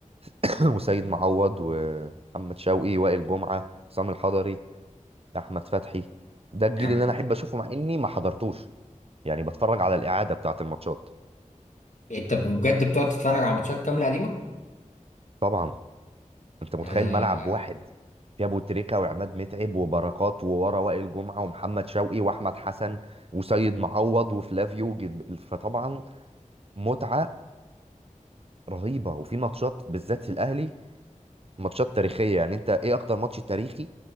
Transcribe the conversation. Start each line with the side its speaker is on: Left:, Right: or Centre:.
Right: <clears throat> وسيد معوض ومحمد شوقي وائل جمعة حسام الحضري احمد فتحي ده الجيل
Left: يعني
Right: اللي انا احب اشوفه مع اني ما حضرتوش يعني بتفرج على الاعادة بتاعت الماتشات
Left: أنت بجد بتقعد تتفرج على ماتشات كاملة قديمة؟
Right: طبعا انت متخيل
Left: انا
Right: ملعب واحد فيه ابو تريكة وعماد متعب وبركات وورا وائل جمعة ومحمد شوقي واحمد حسن وسيد معوض وفلافيو جلب- فطبعا متعة رهيبة وفي ماتشات بالذات في الاهلي ماتشات تاريخية يعني انت ايه اكتر ماتش تاريخي